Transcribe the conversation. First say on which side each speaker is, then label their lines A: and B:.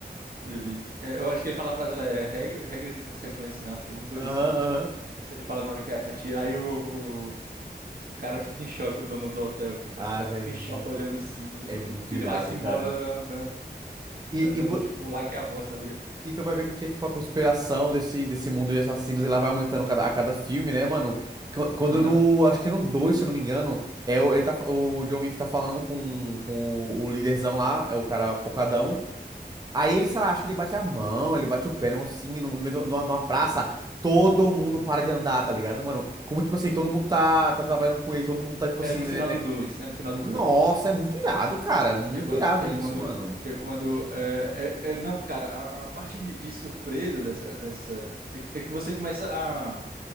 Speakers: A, on the right (about 60°); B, on the right (about 25°).
A: Ele, é, eu acho que ele fala a frase lá, é regra- regras e consequências, não. Acho que é alguma coisa
B: Aham,
A: assim.
B: aham.
A: Não sei se ele fala na hora que atira, aí o, o, o cara fica em choque, o dono do hotel, cara.
B: Ah,
A: O cara
B: velho,
A: fica
B: é muito,
A: em choque olhando assim, e
B: é
A: o-
B: muito
A: ele
B: irado,
A: vai-se embora
B: cara.
A: andando,
B: E,
A: andando
B: e vo-
A: tipo lá que é a bosta, tá ligado?
B: E tu vai vendo que é tipo a conspiração desse, desse mundo de assassinos, ela vai aumentando cada, a cada filme, né, mano? Qu- Quando
A: Aham.
B: no. Acho que no dois se eu não me engano, é o, ele tá, fa- o John Wick tá falando com, com o líderzão lá, é o cara pocadão. Aí ele, sei lá, acho que ele bate a mão, ele bate o pé, um negócio assim, no meio de uma de uma numa praça. Todo mundo para de andar, tá ligado, mano? Como, tipo assim, todo mundo tá, tá trabalhando com ele, todo mundo tá, tipo
A: É
B: assim,
A: no
B: né,
A: final
B: né?
A: do dois, é no final
B: Nossa,
A: do dois.
B: é muito irado, cara. Muito
A: Que é quando,
B: irado
A: que é
B: isso,
A: quando,
B: mano.
A: que é quando, é, é- é- não, cara, a, a parte de, de surpresa dessa, dessa, é que é que você começa a